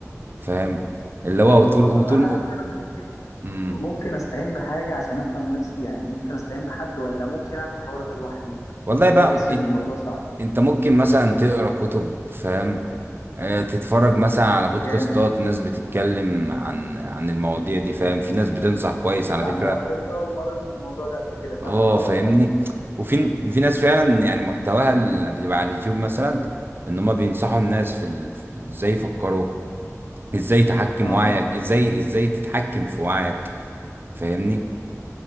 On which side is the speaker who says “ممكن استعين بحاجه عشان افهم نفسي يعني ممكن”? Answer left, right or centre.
Left